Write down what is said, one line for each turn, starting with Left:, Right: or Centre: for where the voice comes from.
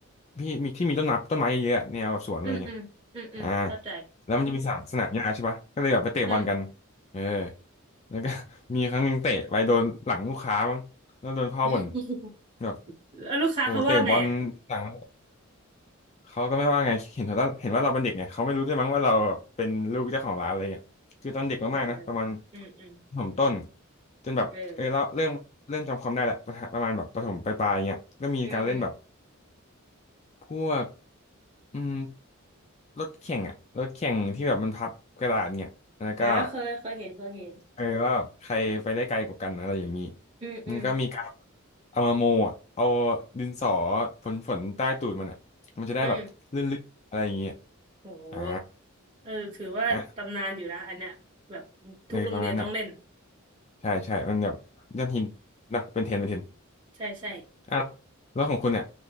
Left: พี่มีที่มีต้นน้ำต้นไม้เยอะๆอะแนวแบบสวนอะไรเงี้ย
Right: อืมอืมอืมอืมเข้าใจ
Left: อ่าแล้วมันจะมีสนามสนามหญ้าใช่ปะก็เลยแบบไปเตะบอลกัน
Right: อืม
Left: เออแล้วก็ <laughs> มีครั้งหนึ่งเตะไปโดนหลังลูกค้ามั้งแล้วโดนพ่อบ่น
Right: <laughs>
Left: แบบ
Right: แล้วลูกค้าเขาว่าไงอ่ะ
Left: โอ้เตะบอลหลัง เขาก็ไม่ว่าไง เห็นว่าเห็นว่าเราเป็นเด็กไงเขาไม่รู้ด้วยมั้งว่าเราแบบเป็นลูกเจ้าของร้านอะไรเงี้ยคือตอนเด็กมากๆนะประมาณ
Right: เออเอออืมอืม
Left: ประถมต้นจนแบบเออเราเริ่มเริ่มจำความได้แหละประถประมาณแบบประถมปลายๆเงี้ยก็มีการเล่นแบบ
Right: เออ อืมอืม
Left: พวกอืมรถแข่งอะรถแข่งที่แบบมันพับกระดาษเงี้ยแล้วก็
Right: อ่าเคยเคยเห็นเคยเห็น
Left: เออว่าแบบใครไปได้ไกลกว่ากันอะไรอย่างนี้
Right: อืมอืม
Left: มันก็มีการเอามาโมอ่ะเอาดินสอฝนฝนใต้ตูดมันอ่ะมันจะได้แบบลื่นๆอะไรอย่างเงี้ย
Right: อืมโห
Left: อ่า
Right: เออถือว่าตำนานอยู่นะอันเนี้ยแบบทุกโรงเรียนต้องเล่น
Left: อ่ะในประมาณนั้นน่ะใช่ใช่มันแบบยอดฮิตนะเป็นเทรนด์เป็นเทรนด์
Right: ใช่ใช่
Left: อ่ะแล้วของคุณเนี่ย